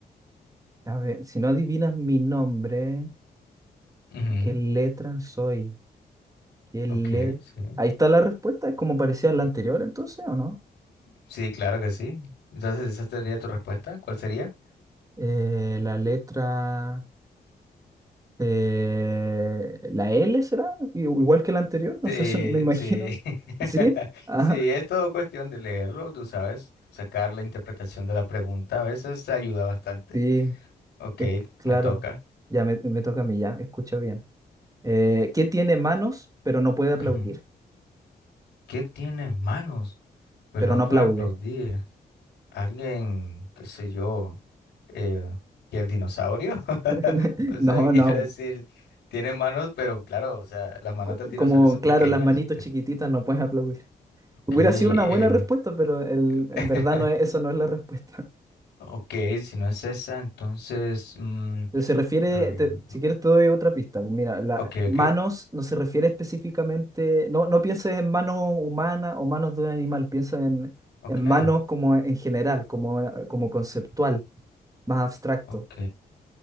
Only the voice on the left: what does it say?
Ujú,
Ok, sí.
Sí, claro que sí. Entonces, ¿esa sería tu respuesta? ¿Cuál sería?
Sí,
sí. <laughs>
Sí, es todo cuestión de leerlo, tú sabes, sacar la interpretación de la pregunta. A veces te ayuda bastante.
Ok,
me toca.
Ujú. ¿Qué tiene manos, pero
no
puede
aplaudir? alguien, qué sé yo, eh, que el dinosaurio. <laughs>
O sea,
quiero
decir, tiene manos, pero claro, o sea, las manos
del dinosaurio
son
pequeñas.
Ok,
eh,
<laughs>
ok, si no es esa, entonces, mm,
rr,
ok,
ok,
ok,
ok.